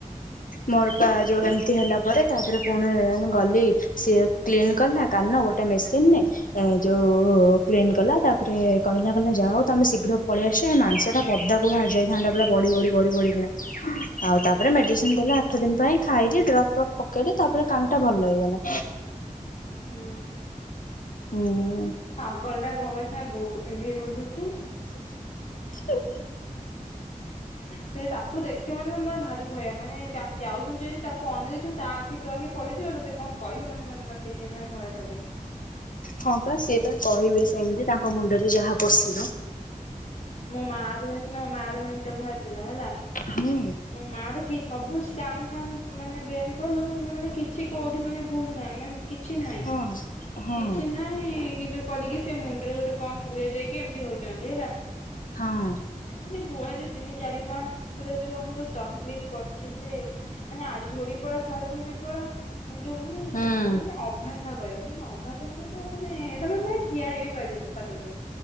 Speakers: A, on the left (about 70°); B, on the left (about 55°).
A: ମୋର ପା ଯୋଉ ଏମିତି ହେଲା ପରେ ତାପରେ ପୁଣି ଗଲି ସିଏ କ୍ଲିନ କଲା କାନ ଗୋଟେ ମେସିନରେ ଏ ଯୋଉ। କ୍ଲିନ୍ କଲା ତାପରେ କହିଲା କହିଲା ଯାହା ହଉ ତମେ ଶୀଘ୍ର ପଳେଇଆସ ତି ଏଇ ମାଂସ ଟା ପଦାକୁ ବାହାରି ଯାଇଥାନ୍ତା ପୁରା ବଢି ବଢି ବଢି ବଢି କିନା ଆଉ ତାପରେ ମେଡି ଦେଲେ ଆଠ ଦିନ ପାଇଁ ଖାଇଲି ଡ୍ରପ୍ ଫ୍ରପ୍ ପକେଇଲି ତାପରେ କାନ ଟା ଭଲ ହେଇଗଲା।
B: ହୁଁ।
A: ହୁଁ।
B: କଲଟା କଣ କରିଚି ନା ବୁଟୁ ପିନ୍ଧିକି ବୁଲୁଛି।
A: ହୁଁ।
B: ସେ ତାକୁ ଦେଖେ ମାନେ ମୋ ମୋର ଭାରି ଭୟ ମାନେ ଯା-ଯାଉଥିବୁ ଯଦି ତାକୁ ଅନେଇ ଦେଇଥିବୁ ତା ଆଖି ତୋ ଆଖି ପଡିଯିବ ତ ସେ କଣ କହିବ ମାନେ ମାନେ ମାନେ ସେଇଥିପାଇଁ ଭାରି ଭୟ ଲାଗେ।
A: ହଁ ପା ସିଏ ପା କହିବେ ସେମିତି ତାଙ୍କ ମୁଣ୍ଡରେ ଯାହା ପଶିବ।
B: ମୋ ମା ତ ଜାଣିଛି ତାଙ୍କ ମୋ ମା ର ମେଣ୍ଟାଲ ବାହାରି ଥିଲା ହେଲା
A: ହୁଁ
B: ମୋ ମା ର କି ସବୁ ଷ୍ଟାଣ୍ଡ ଫ୍ୟାନ ମାନେ ବେନ କଲୁ କିନ୍ତୁ ମାନେ କିଛି କୋଉଠି ମାନେ ଭୁଲ ନା ନାହିଁ କିଛି ନାହିଁ
A: ହଁ ହଁ
B: କିଛି ନାହିଁ କିନ୍ତୁ କହିଲେ କି ସେ ମୁଣ୍ଡରେ ଗୋଟେ କଣ ପୁରେଇ ଦେଇ ଏମିତି ହଉଚନ୍ତି ହେଲା
A: ହଁ
B: ମାନେ ଘୋଳା ଯା ତିନି ଚାରି ମାସ ପୁରା ଯଉ ଆମକୁ ଯଉ ତକଲିଫ୍ କରିଛି ସିଏ ମାନେ ଆଡେ ଧୋଉଡି ପଳା ସାଡେ ଧୋଉଡିକି ପଳା ପୁଣି ଯଉ ମାନେ ଏ
A: ହୁଁ
B: ସେମିତି ଅଭା ସା କହିବ ମାନେ ଅଭା ତମେ ତ ମାନେ ତମେ ମାନେ ଠିଆ ହେଇ ବି ପାରିବ ପାରିବନି